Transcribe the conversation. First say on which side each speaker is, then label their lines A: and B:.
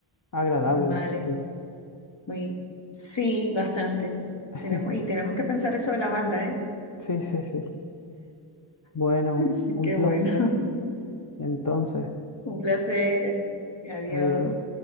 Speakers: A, on the left; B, on the left.
A: agradable
B: Vale,
A: la charla.
B: muy, sí, bastante.
A: <laughs>
B: Tenemos, y tenemos que pensar eso de la banda, ¿eh?
A: Sí, sí, sí. Bueno,
B: <laughs> Así
A: un
B: que
A: placer.
B: bueno, <laughs>
A: Entonces,
B: un placer. Adiós.
A: adiós.